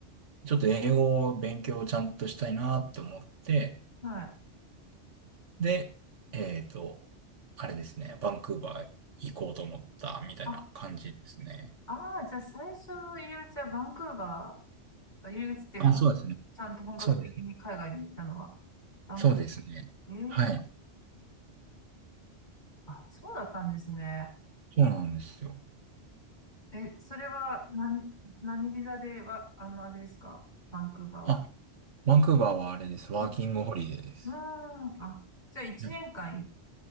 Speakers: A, on the right; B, on the left.
A: ちょっと英語を勉強をちゃんとしたいなと思って、
B: はい。
A: で、えっと、あれですね、バンクーバー行こうと思ったみたいな感じですね。
B: あ、ああ、じゃあ最初の入り口はバンクーバー、入り口っていうか、
A: あ、そうですね。
B: ちゃんと本格的に海外に行ったのは、
A: そうですね。
B: バンクーバ
A: そうですね。
B: ー。
A: はい。
B: ええあ、そうだったんですね。
A: そうなんですよ。
B: え、それは何、何ビザでは、あの、あれですかバンクーバーは。
A: あ、バンクーバーはあれです。ワーキングホリデーです。
B: うんうーん、あ、じゃあ1年間い、
A: うん